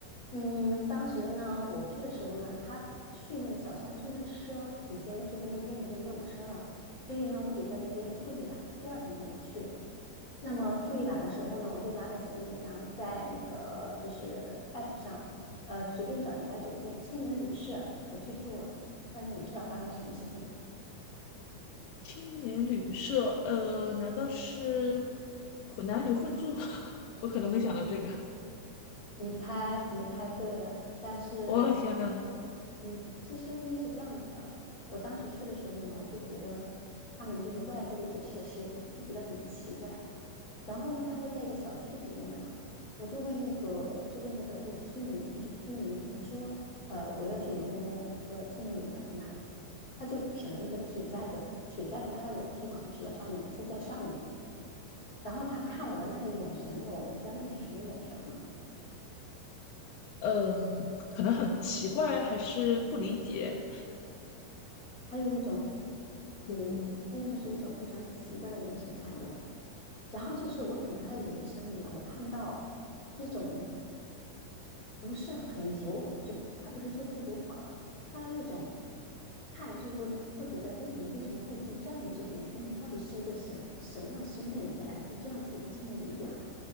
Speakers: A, on the left; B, on the left.
A: 嗯，当时呢，我去的时候呢，他去那个小山村的车已经就是那天已经没有车了，所以呢，我得在那边住一晚，第二天才能去。那么住一晚的时候呢，我就拉着行李箱在那个就是 app 上，呃，随便找一家酒店青年旅社，我去住了。但是你知道发生什么事情吗？
B: 青年旅社，呃，难道是混男女混住？<laughs> 我可能会想到这个。
A: 你猜，你猜对了，但是，
B: 哇，天呐，
A: 你其实因为是这样子的，我当时去的时候呢，我就觉得他们就是外部的一些设施就觉得很奇怪。然后呢，他是在一个小区里面的嘛，我就问那个，就问那个就是村民，就是居民，我说，呃，我要去某某某一个青年旅馆在哪里？他就指了那个铁架子，铁架子搭在楼梯嘛，指了上面，说在上面。然后他看我的那个眼神哟，你知道那个是什么眼神吗？
B: 嗯，可能很奇怪，还是不理解，
A: 还有一种。对，
B: 嗯
A: 他用的是一种非常奇怪的眼神看着我，然后就是我从他的眼神里面，我看到那种不是很友，就他不是说不友好了，他的那种看就会会觉得，哎，你为什么会住这样的酒店？哎，你到底是一个什什么样的身份，你会来住这样子一个青年旅馆？